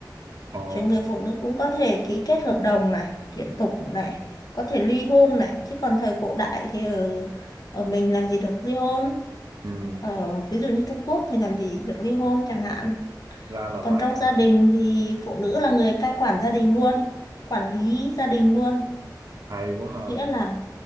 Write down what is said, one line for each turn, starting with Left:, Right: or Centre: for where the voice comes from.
Right: ờ
Left: Rồi người phụ nữ cũng có thể ký kết hợp đồng này, kiện tụng này, có thể ly hôn này, chứ còn thời cổ đại thì ở ở mình làm gì được ly hôn?
Right: ừ
Left: Ở ví dụ như Trung Quốc thì làm gì được ly hôn chẳng hạn
Right: ra là
Left: Còn
Right: vậy
Left: trong
Right: hả
Left: gia đình thì phụ nữ là người cai quản gia đình luôn, quản lý gia đình luôn,
Right: hay quá ha
Left: nghĩa là